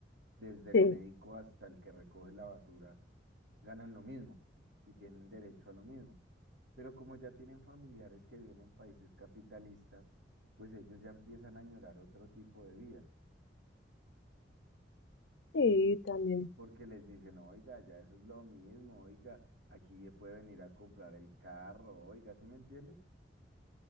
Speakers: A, on the right; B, on the left.
A: Desde el
B: sí,
A: médico hasta el que recoge la basura, ganan lo mismo y tienen derecho a lo mismo. Pero como ya tienen familiares que viven en países capitalistas, pues ellos ya empiezan a añorar otro tipo de vida.
B: sí, también,
A: porque les dicen, oiga, ya eso es lo mismo, oiga, aquí puede venir a comprar el carro, oiga, ¿sí me entiendes?